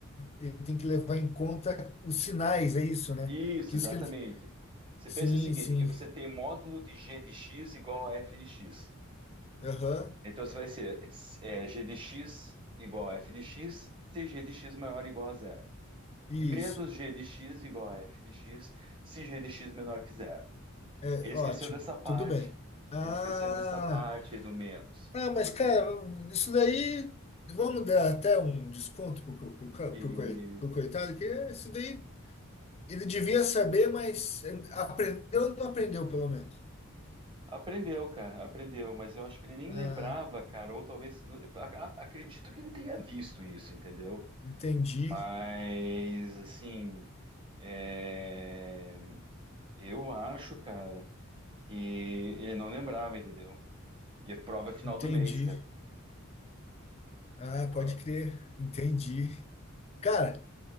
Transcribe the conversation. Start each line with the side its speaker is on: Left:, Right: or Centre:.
Left: ele tem que levar em conta os sinais, é isso, né?
Right: Isso,
Left: Que isso
Right: exatamente.
Left: que ele,
Right: Você
Left: sim,
Right: pensa o seguinte,
Left: sim,
Right: que você tem módulo de g de x igual a f de x.
Left: aham,
Right: Então, você vai ser é, g de x igual a f de x se g de x maior ou igual a zero.
Left: isso,
Right: Menos g de x igual a f de x se g de x menor que zero.
Left: é
Right: Ele
Left: ótimo,
Right: esqueceu dessa parte.
Left: tudo bem. Ah,
Right: Ele esqueceu dessa parte aí do menos.
Left: ah, mas
Right: Porque
Left: cara, isso daí, vamos dar até um desconto pro, co- pro, ca-
Right: que-
Left: pro, coi- pro coitado, que isso daí ele devia saber, mas aprendeu ou não aprendeu, pelo menos.
Right: aprendeu, cara, aprendeu. Mas eu acho que ele nem
Left: Ah,
Right: lembrava, cara. Ou talvez... a- a- Acredito que ele tenha visto isso, entendeu?
Left: entendi,
Right: Mas, assim, é, eu acho, cara, que ele não lembrava, entendeu? E a prova é final
Left: entendi.
Right: do mês, cara.
Left: Ah,
Right: A prova.
Left: pode crer, entendi. Cara,